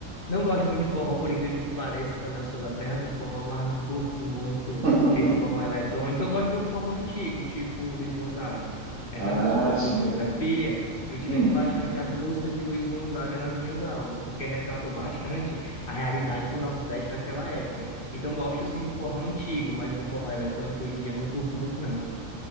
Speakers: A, on the left; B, on the right.
A: Não gosto muito de forró, por incrível que pareça, né? Eu sou da terra do forró, mas não curto muito
B: <laughs>
A: esse forró eletrônico. Eu gosto do forró antigo, tipo Luiz Gonzaga. É
B: Ah,
A: tanto que eu sou professor
B: sim.
A: de geografia, eu utilizo
B: Hum,
A: bastante as músicas de Luiz Gonzaga nas minhas aulas, porque retratam bastante a realidade do Nordeste naquela época. Então, eu gosto sim do forró antigo, mas do forró eletrônico hoje em dia eu não curto muito, não.